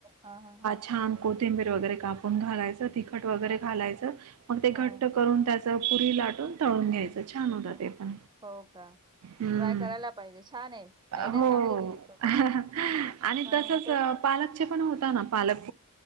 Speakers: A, on the right; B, on the right.
A: हा हा
B: छान कोथिंबीर वगैरे घालून ून घालायचं तिखट वगैरे
A: हा
B: घालायचं मग ते घट्ट
A: हा
B: करून त्याच पुरी लाटून तळून घ्यायचं छान
A: मिसळ.
B: होता ते पण
A: हो का
B: हम्म
A: ट्राय करायला पाहिजे छान आहे आयडिया
B: हो
A: चांगली दिली तुम्ही
B: आणि
A: हा
B: तसच
A: ते
B: पालक चे पण होता ना पालक